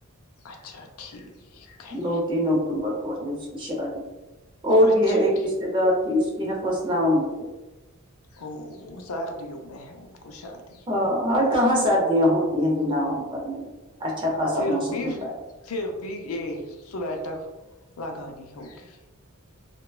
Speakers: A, on the left (about 80°); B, on the right (about 20°).
A: اچھا ٹھیک ہے
B: دو تین اکتوبر کو ہے اس کی شادی اور
A: اچھا
B: بھی ہے ایک
A: ٹھیک
B: رشتےدار کی اس کی ہے فسٹ نومبر کو
A: او سردیوں میں ہے ان کو شادی
B: ہاں اور کہاں سردیاں ہوتی ہیں نومبر میں اچھا خاصا
A: پھر
B: موسم
A: بھی
B: ہوتا ہے
A: پھر بھی یہ سویٹر لگانی ہوگی